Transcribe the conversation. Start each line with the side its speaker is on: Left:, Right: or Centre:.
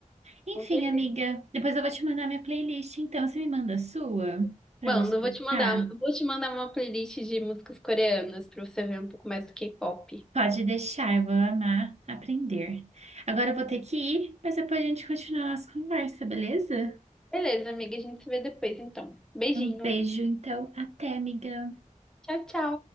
Right: Enfim,
Centre: com certeza.
Right: amiga, depois eu vou te mandar minha playlist, então você me manda a sua para
Centre: Manda,
Right: eu escutar.
Centre: eu vou te mandar, vou te mandar uma playlist de músicas coreanas pra você ver um pouco mais do K-pop.
Right: Pode deixar, eu vou amar aprender. Agora eu vou ter que ir, mas depois a gente continua a nossa conversa, beleza?
Centre: Beleza, amiga, a gente se vê depois então. Beijinho.
Right: Um beijo, então, até, amiga.
Centre: Tchau, tchau.